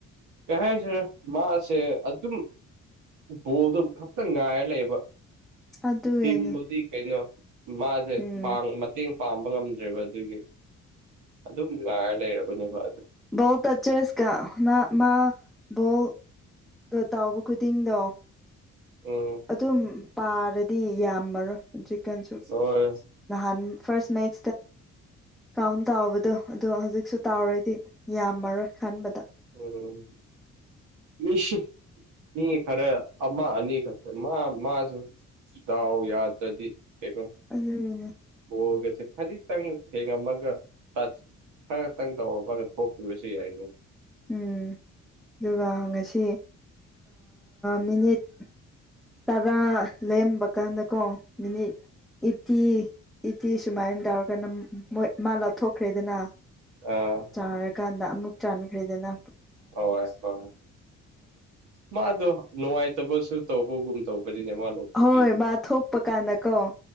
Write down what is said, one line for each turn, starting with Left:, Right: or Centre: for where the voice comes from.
Right: ꯀꯥꯏꯁ ꯃꯥꯁꯦ ꯑꯗꯨꯝ ꯕꯣꯜꯗꯣ ꯈꯛꯇꯪ ꯉꯥꯏꯔ ꯂꯩꯌꯦꯕ
Centre: ꯑꯗꯨꯒꯤꯅꯤ
Right: ꯇꯤꯝꯕꯨꯗꯤ ꯀꯩꯅꯣ ꯃꯥꯁꯦ
Centre: ꯎꯝ
Right: ꯃꯇꯦꯡ ꯄꯥꯡꯕ ꯉꯝꯗ꯭ꯔꯦꯕ ꯑꯗꯨꯒꯤ ꯑꯗꯨꯝ ꯉꯥꯏꯔ ꯂꯩꯔꯕꯅꯦꯕ
Centre: ꯣꯜ ꯇꯠꯆꯦꯁ ꯀ ꯅ ꯃꯥ ꯣꯜ ꯣ ꯇꯥꯎꯕ ꯈꯨꯗꯤꯡꯗꯣ
Right: ꯎꯝ
Centre: ꯑꯗꯨꯝ ꯄꯥꯔꯗꯤ ꯌꯥꯝꯃꯔꯣꯏ ꯆꯤꯛꯀꯟꯁꯨ
Right: ꯍꯣꯏ
Centre: ꯅꯍꯥꯟ ꯐꯥꯔꯁ ꯃꯦꯠ ꯀꯥꯎꯟ ꯇꯥꯎꯕꯗꯣ ꯑꯗꯣ ꯍꯧꯖꯤꯛꯁꯨ ꯇꯥꯎꯔꯗꯤ ꯌꯥꯝꯃꯔꯣꯏ ꯈꯟꯕꯗ
Right: ꯎꯝ ꯃꯤꯁ ꯃꯤ ꯈꯔꯦ ꯑꯃ ꯑꯅꯤ ꯈꯔ ꯃꯥ ꯃꯥꯁꯨ ꯌꯥꯗꯥꯎ ꯌꯥꯗ꯭ꯔꯗꯤ ꯀꯩꯅꯣ
Centre: ꯑꯗꯨꯒꯤꯅꯤ
Right: ꯍꯒꯁꯦ ꯈꯖꯤꯛꯇꯪ ꯊꯦꯡꯉꯝꯃꯒ ꯇ ꯈ ꯈꯛꯇꯪ ꯇꯧꯑꯣ ꯃꯥꯒ ꯊꯣꯛꯄꯤꯕ ꯁꯤ ꯌꯥꯏꯗꯣ
Centre: ꯎꯝ ꯑꯗꯨꯒ ꯉꯁꯤ ꯃꯤꯅꯤꯠ ꯇꯔꯥ ꯂꯩꯔꯝꯕ ꯀꯥꯟꯗ ꯀꯣ ꯃꯤꯅꯤꯠ ꯏꯇꯤ ꯏꯇꯤ ꯁꯨꯃꯥꯏꯅ ꯇꯧꯔꯒꯅ ꯃꯣꯏ ꯃꯥ ꯂꯥꯞꯊꯣꯛꯈ꯭ꯔꯦꯗꯅ
Right: ꯑꯥ
Centre: ꯆꯥꯔꯀꯥꯟꯗ ꯑꯃꯨꯛ ꯆꯥꯟꯅꯈꯩꯗꯅ
Right: ꯍꯣꯏ ꯍꯣꯏ ꯃꯥꯗꯣ ꯅꯨꯡꯉꯥꯏꯇꯕꯁꯨ ꯇꯧꯕꯒꯨꯝ ꯇꯧꯕ ꯅꯦꯃꯜꯣ ꯄ
Centre: ꯍꯣꯏ
Right: ꯄꯨ
Centre: ꯃꯥ ꯊꯣꯛꯄ ꯀꯥꯟꯗꯀꯣ